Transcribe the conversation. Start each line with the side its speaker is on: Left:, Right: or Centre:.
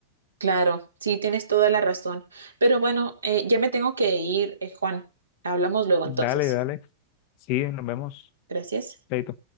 Right: Claro, sí, tienes toda la razón. Pero bueno, eh, ya me tengo que ir, eh, Juan. Hablamos luego
Left: Dale,
Right: entonces.
Left: dale, sí, nos vemos.
Right: Gracias.
Left: Chaito.